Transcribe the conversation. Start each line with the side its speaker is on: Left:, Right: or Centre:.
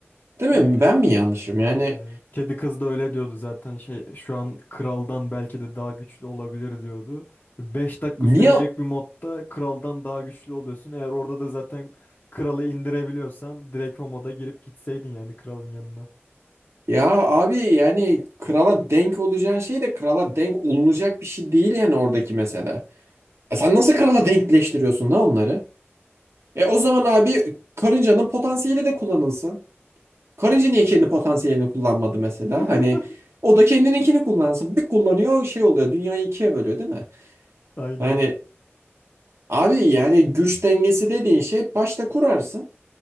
Right: Değil
Left: Aynen.
Right: mi? Ben mi yanlışım? Yani
Left: Ee, kedi kız da öyle diyordu zaten şey şu an kraldan belki de daha güçlü olabilir diyordu. beş dakika
Right: niye
Left: sürecek bir modda kraldan daha güçlü oluyorsun. Eğer orada da zaten kralı indirebiliyorsan direkt o moda girip gitseydin yani kralın yanına.
Right: ya abi yani krala denk olacağın şey de krala denk olunacak bir şey değil yani oradaki mesele. E sen nasıl krala denkleştiriyorsun da onları? E o zaman abi karıncanın potansiyeli de kullanılsın. Karınca niye kendi potansiyelini kullanmadı mesela?
Left: <laughs>
Right: Hani o da kendininkini kullansın. Bir kullanıyor şey oluyor. Dünyayı ikiye bölüyor değil mi?
Left: Aynen
Right: Yani
Left: aynen.
Right: abi yani güç dengesi dediğin şey başta kurarsın.